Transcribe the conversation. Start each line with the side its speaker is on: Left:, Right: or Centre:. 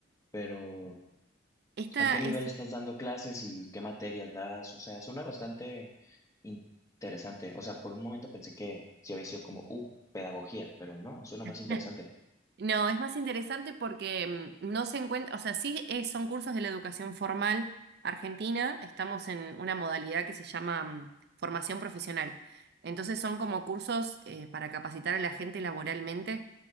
Left: pero
Right: Esta
Left: ¿a qué
Right: es...
Left: nivel estás dando clases y qué materias das? O sea, suena bastante in- interesante. O sea, por un momento pensé que sí había sido como, uh, pedagogía, pero no, suena más
Right: <laughs>
Left: interesante.
Right: No, es más interesante porque mm, no se encuentra, o sea, sí es- son cursos de la educación formal argentina, estamos en una modalidad que se llama mm, formación profesional. Entonces son como cursos eh, para capacitar a la gente laboralmente,